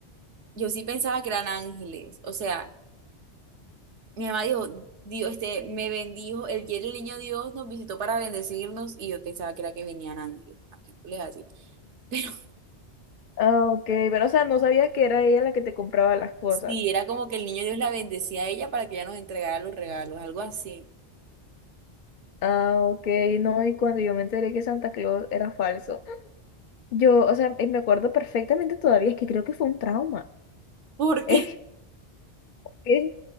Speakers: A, on the right; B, on the left.
A: yo sí pensaba que eran ángeles. O sea. Mi mamá dijo, Dios, este, me bendijo, el día del niño Dios nos visitó para bendecirnos y yo pensaba que era que venían ángeles, películas así. <laughs> Pero
B: Ah, ok, pero o sea, no sabías que era ella la que te compraba las cosas.
A: sí, era como que el niño Dios la bendecía a ella para que ella nos entregara los regalos, algo así.
B: Ah, ok, no, y cuando yo me enteré que Santa Claus era falso, yo, o sea, eh, me acuerdo perfectamente todavía, es que creo que fue un trauma.
A: ¿Por
B: <laughs> Es
A: qué?
B: que